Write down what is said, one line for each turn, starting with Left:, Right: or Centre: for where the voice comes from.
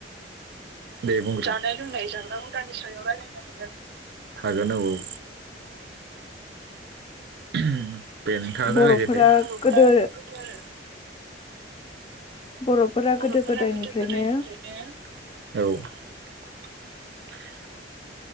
Right: दे बुंग्रो जानाय लोंनाय जाग्रा हुदानि सायाव रायलायनो हागोन हागोन औ <unintelligible> दे नोंथाङा जागायदो
Left: बर'फोरा
Right: दे
Left: गोदो बर'फोरा
Right: बर'फोरा
Left: गोदायनिफ्रायनो
Right: गोदो गोदायनिफ्रायनो औ <unintelligible>